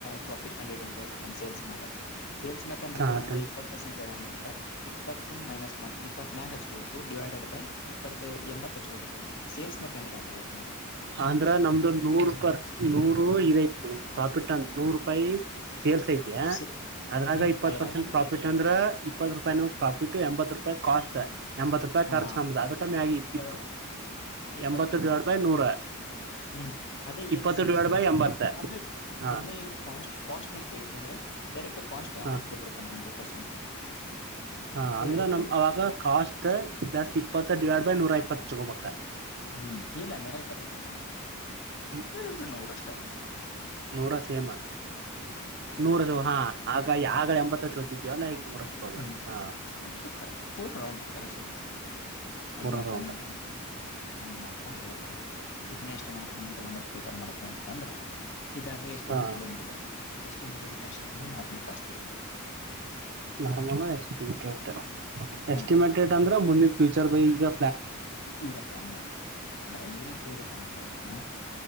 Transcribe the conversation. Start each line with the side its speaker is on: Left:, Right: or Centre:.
Left: ಪ್ರಫಿಟ್ ಕಂಡ ಸೇಲ್ಸ್ನ್ಯಾಗ. ಸೇಲ್ಸ್ ಮ್ಯಾಕ್ ಹೇಳಂದ್ರ
Right: ಹಾ ಟ್ವೆಂಟಿ
Left: ಇಪ್ಪತ್ ಪರ್ಸೆಂಟ್ ಹೇಳ್ರ ಇಪ್ಪತ್ತ ಮೈನಸ್ ಮಾಡ ಇಪ್ಪತ್ ಮಕ್ ಹಚ್ಕಬೇಕು ಡಿವೈ. ಡೆಡ್ ಇಪ್ಪತ್ ಎಂಬತ್ತ ಹಚ್ಚ ಕೊಬೇಕಲಿ ಸೇಲ್ಸ್ ಮೆಕಾನ್ ಇಡ ಅದೇ
Right: ಅಂದ್ರ ನಮ್ದು ನೂರು ಪರ್ ನೂರು ಇದ ಪ್ರಾಫಿಟ್ ಅಂದ ನೂರು ರೂಪಾಯಿ ಸೇಲ್ಸ್ ಐತಿ
Left: ಹೇಳಣ
Right: ಅದ್ರಾಗ
Left: ಹ್ಮ್
Right: ಇಪ್ಪತ್ ಪರ್ಸೆಂಟ್
Left: ನಮ್
Right: ಪ್ರಾಫಿಟ್ ಅಂದ್ರ ಇಪ್ಪತ್ತು ರೂಪಾಯ ನ ಪ್ರಾಫಿಟ್ ಎತ್ ರೂಪಿ ಕಾಷ್ಟ ನಮದು ಎಂಬತ್ತು ರೂಪಾಯ್
Left: ಹಾ
Right: ಖರ್ಚು ನಮದ ಅದಕ್ಕಗಿ
Left: ಯಾವ
Right: ಇ
Left: ಇಪ್ಪತ್
Right: ಎಂಬತ್ತ ಡ್ಯೂಯಡ್ ಬೈ ನೂರ
Left: ಹ್ಮ್ ಅದೇ
Right: ಇಪ್ಪತ್ತು
Left: ಏನ್ ಸೇಲ್ಸ್
Right: ಡಿವೈಡ್
Left: ಕೊಟ್ಟಿದ್ದೆ
Right: ಬೈ ಎಂಬತ್ತ
Left: ಅದ
Right: ಹಾ
Left: ಅದನ್ನ ಏನ್ ಕಾಸ್ಟ್ ಕಾಸ್ಟ್ ನ ಕೇಳಿದ್ದ ಅಂದ್ರೆ ಡರೆಕ್ಟ್ ಕಸ್ಟ್ ಅಮೌಂಟ್ಟ್ಟಿರ್ತಾನ.
Right: ಹಾ
Left: ಇಪ್ಪತ ಪರ್ಸೆಂಟ್.
Right: ಹಾ
Left: ಡಿವೈಡೆಡ್
Right: ಅಂದ್ರ ನಮ
Left: ಬೈ
Right: ಅವಾಗ ಕಾಸ್ಟ್ ಪ್ಲಸ್ ಇಪ್ಪತ್ತ ಡಿವೈಡ್ ಬೈ ನೂರ ಇಪ್ಪತ್ ಚಗೋಬ.
Left: ಹ್ಮ್ ಇಲ್ಲ ನೂರ ಇಪ್ಪತ್ತ ಹಚ್ಚ ಹಂಗಿಲ್ಲ
Right: ಹ್ಮ
Left: ಹೇಳಿದರು ನೂರಷ್ಟ.
Right: ನೂರ ಸೇಮ ನೂರ ಚೋ ಹಾ ಆಗ ಆಗ ಎಂಬತ್ತ ಚೋತಿದ್ಯವಲ್ಲಾ ಈಗ. ನೂರ ಹಚ್ಕೋದ
Left: ಹ್ಮು
Right: ಹಾ
Left: ಫೋರ್ ರೌಂಡದು ಅದ್ನ್ನ
Right: ಪೂರ ರೌಂಡ್
Left: ಕಮ್ಮಿ ಮಾಡಕುದು. ಹಂಗ್ ಮಾಡ್ಕೊಂತ ಬರದು. ನೆಸ್ಟ್ ಮಾಡಕೊಂತ ಬಂದ ಟೋಟಲ್ ಮಾಡಕ್. ಬಂತ ಅಂದ್ರ ಇದಾಗ. ಎಷ್ಟಿಮಿಟೆಡ್ಂದು
Right: ಹಾ
Left: ಎಷ್ಟಮಿ. ಕಷ್ಟ ಇ
Right: ನಾರಮಲ್ ಆಮಿಟ್ರಕ್ಟರ್.
Left: ಹಾ
Right: ಎಸ್ಟಿಮೇಟಡ ಅಂದ್ರೆ ಮುಂದಿನ. ಫ್ಯೂಚರ್ ಬಯಿ ಹಿಂಗಾ.
Left: ಈಗ ಪ್ಲಾನ್ ಮಾಡುದ. ಅಂದ್ರ ಏನ್ ಕೇಳತಾನಂದ್ರ ಗೊತ್ತನಾ.